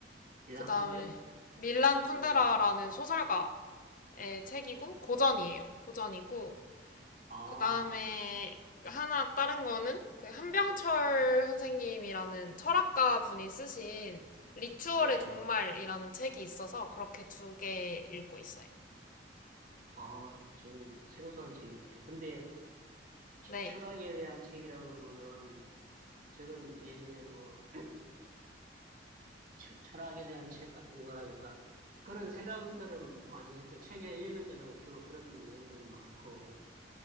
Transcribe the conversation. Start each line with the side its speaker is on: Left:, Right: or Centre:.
Right: 일랑콘데요?
Left: 그 다음에 밀란 쿤데라라는
Right: 음,
Left: 소설가의 책이고, 고전이에요. 고전이고,
Right: 아,
Left: 그 다음에 하나 다른 거는 그 한병철 선생님이라는 철학가 분이 쓰신 리추얼의
Right: 예,
Left: 종말이라는 책이 있어서 그렇게 두 개 읽고 있어요.
Right: 아, 저는 생소한 책이네요. 근데 처-
Left: 네.
Right: 철학에 대한 책이라 그러면은 저는 예전에 뭐 처- 철학에 대한 책 같은 거라기보다 그런 생각들은 많이 했죠. 책에 읽을 때도 주로 그런 내용들이 많고